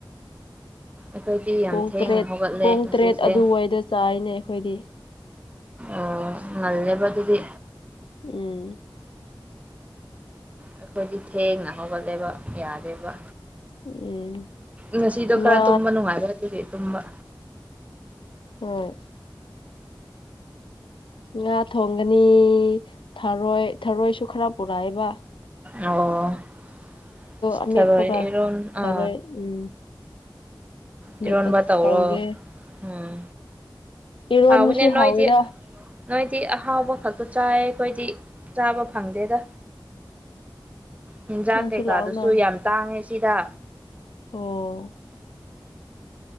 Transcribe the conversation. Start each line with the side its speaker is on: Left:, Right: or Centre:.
Right: ꯑꯩꯈꯣꯏꯗꯤ ꯌꯥꯝ
Left: ꯄꯨꯡ
Right: ꯊꯦꯡꯅ
Left: ꯇꯔꯦꯠ
Right: ꯍꯧꯒꯠꯂꯦ
Left: ꯄꯨꯡ
Right: ꯉꯁꯤꯁꯦ
Left: ꯇꯔꯦꯠ ꯑꯗꯨꯋꯥꯏꯗ ꯆꯥꯏꯅꯦ ꯑꯩꯈꯣꯏꯗꯤ
Right: ꯑꯣ ꯉꯜꯂꯦꯕꯥ ꯑꯗꯨꯗꯤ
Left: ꯎꯝ
Right: ꯑꯩꯈꯣꯏꯗꯤ ꯊꯦꯡꯅ ꯍꯧꯒꯠꯂꯦꯕ ꯌꯥꯗꯦꯕ
Left: ꯎꯝ
Right: ꯉꯁꯤꯗꯣ
Left: ꯉꯥ
Right: ꯈꯔ ꯇꯨꯝꯕ ꯅꯨꯡꯉꯥꯏꯔ ꯑꯗꯨꯗꯤ ꯇꯨꯝꯕ
Left: ꯍ ꯉꯥ ꯊꯣꯡꯒꯅꯤ ꯊꯔꯣꯏ ꯊꯥꯔꯣꯏꯁꯨ ꯈꯔ ꯄꯨꯔꯛꯑꯕ
Right: ꯑꯣꯔꯣ
Left: ꯑꯃꯦꯠꯄꯒ
Right: ꯑꯦꯔꯣꯝ
Left: ꯊꯔꯣꯏ
Right: ꯑ
Left: ꯎꯝ
Right: ꯇꯔꯣꯟꯃ
Left: ꯃꯦꯠꯄ
Right: ꯇꯧꯔꯣ
Left: ꯇꯧꯒꯦ
Right: ꯎꯝ
Left: ꯏꯔꯣꯟꯕꯁꯨ
Right: ꯍꯥꯎꯕꯅꯦ ꯅꯣꯏꯗꯤ
Left: ꯍꯥꯎꯋꯤꯗ
Right: ꯅꯣꯏꯗꯤ ꯍꯥꯎꯕ ꯐ ꯆꯥꯏ ꯑꯩꯈꯣꯏꯗꯤ ꯆꯥꯕ ꯐꯪꯗꯦꯗ ꯌꯦꯟꯖꯥꯡ
Left: ꯅꯪꯁꯨ
Right: ꯀꯩꯀꯥꯗꯨꯁꯨ
Left: ꯂꯥꯛꯑꯣꯅ
Right: ꯌꯥꯝ ꯇꯥꯡꯉꯦ ꯁꯤꯗ
Left: ꯑꯣ